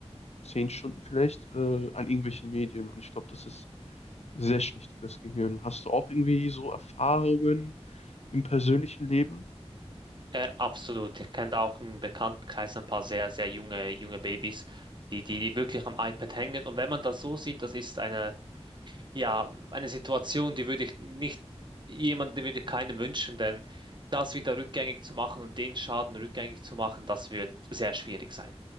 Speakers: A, on the left (about 75°); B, on the right (about 45°).
A: zehn Stunden vielleicht äh, an irgendwelchen Medien. Und ich glaube, das ist sehr schlecht für das Gehirn. Hast du auch irgendwie so Erfahrungen im persönlichen Leben?
B: Äh, absolut. Ich kenne da auch im Bekanntenkreis ein paar sehr, sehr junge, junge Babys, die, die, die wirklich am iPad hängen. Und wenn man das so sieht, das ist eine, ja, eine Situation, die würde ich nicht, jemand, die würde ich keinem wünschen, denn das wieder rückgängig zu machen und den Schaden rückgängig zu machen, das wird sehr schwierig sein.